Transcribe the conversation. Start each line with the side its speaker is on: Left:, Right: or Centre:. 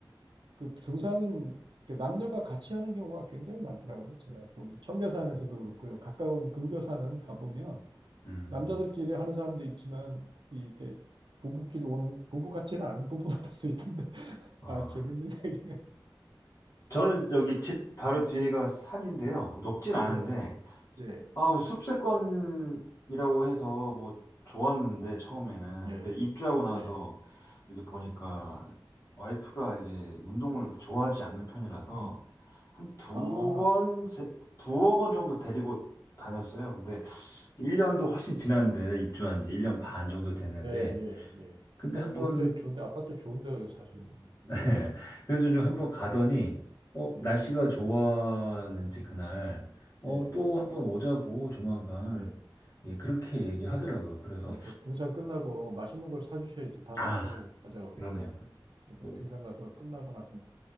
Right: 그 등산은 이렇게 남녀가 같이 하는 경우가 굉장히 많더라고요. 제가 보니 청계산에서도 그렇고요. 가까운 근교산은 가보면
Left: 음,
Right: 남자들끼리 하는 사람도 있지만 이- 이렇게 부부끼리 오는 부부 같지는 않은 부부들도 <laughs> 있던데
Left: 아.
Right: 아 재밌는 얘기네.
Left: 저는 여기 집 바로 뒤에가 산인데요. 높진 않은데,
Right: 예, 예,
Left: 아, 숲세권이라고 해서 뭐 좋았는데 처음에는
Right: 예,
Left: 근데 입주하고 나서
Right: 예.
Left: 이게 보니까 와이프가 이게 운동을 좋아하지 않는 편이라서
Right: 음.
Left: 한 두
Right: 아.
Left: 번, 세, 두어 번 정도 데리고 다녔어요. 근데 1년도 훨씬 지났는데 입주한 지 1년 반 정도 됐는데
Right: 네, 예, 예.
Left: 근데
Right: 아,
Left: 한번
Right: 좋은데, 좋은데, 아파트 좋은데 사셨네요.
Left: <laughs>
Right: 이거,
Left: 네.
Right: 아,
Left: 그래서 좀
Right: 그,
Left: 한번 가더니, 어,
Right: 예,
Left: 날씨가 좋았는지 그날, 어,
Right: 예,
Left: 또 한번 오자고 조만간,
Right: 예.
Left: 예, 그렇게 얘기하더라고요. 그래서,
Right: 아, 그 등산 끝나고 맛있는 걸 사주셔야지 다음에
Left: 아,
Right: 또 가자 그럴
Left: 그러네요.
Right: 거예요. 그러니까
Left: 뭐,
Right: 등산 가서 끝나고 나서